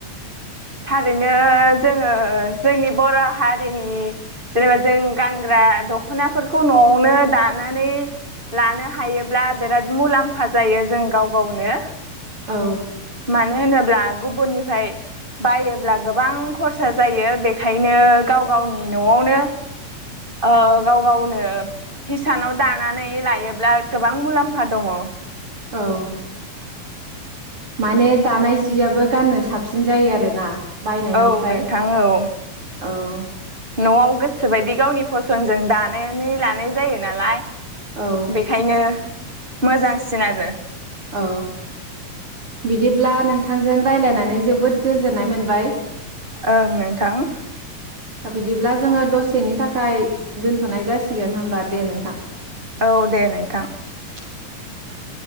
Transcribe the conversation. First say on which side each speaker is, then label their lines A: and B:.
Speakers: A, on the right; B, on the right.
A: थारैनो जोङो जोंनि बर' हारिनि जेनेबा जों गानग्रा दखनाफोरखौ न'आवनो दानानै लानो हायोब्ला बिराद मुलाम्फा जायो जों गाव गावनो।
B: औ
A: मानो होनोब्ला गुबुननिफाय बायोब्ला गोबां खरसा जायो बेखायनो गाव गावनि नआवनो ओ गाव गावनो हिसानाव दानानै लायोब्ला गोबां मुलाम्फा दङ।
B: औ माने दानाय जियाबो गाननो साबसिन जायो आरोना। बायनायनिफ्राय
A: औ नोंथां औ
B: औ
A: नआव गोसोबायदि गावनि फसनजों दानानै लानाय जायो नालाय
B: औ
A: बेखायनो मोजांसिन आरो।
B: औ बिदिब्ला नोंथांजों रायलायनानै जोबोद गोजोननाय मोनबाय।
A: ओं नोंथां
B: बिदिब्ला जोङो दसेनि थाखाय दोनथनाय जासिगोन होनबा दे नोंथां।
A: औ दे नोंथां।
B: औ